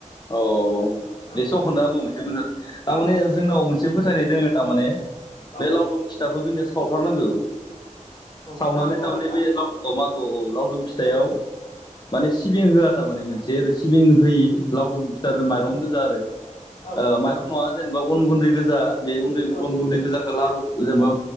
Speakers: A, on the left; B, on the left.
A: औ
B: औ
A: बे सखदा
B: बेबायदि
A: <unintelligible> थारमाने जोंनाव मोनसे फोथायनाय दोङो थारमाने।
B: औ
A: बे लावदुम फिथाखौ जोंनिया सावथारनांगौ।
B: औ
A: सावनानै
B: मागोआव
A: थारमाने
B: आरोना
A: बे लाव अ मा। औ औ लावदुम फिथायाव
B: औ
A: माने सिबिं होआ थारमाने मोनसे ओरै सिबिं होयि लावदुम फिथाजों
B: औ
A: माइरं गोजा आरो
B: औ
A: माइरं नङा जेनेबा अन गुन्दै गोजा। बे उन्दै
B: औ
A: उन गुन्दै गोजाखौ लारु जेनेबा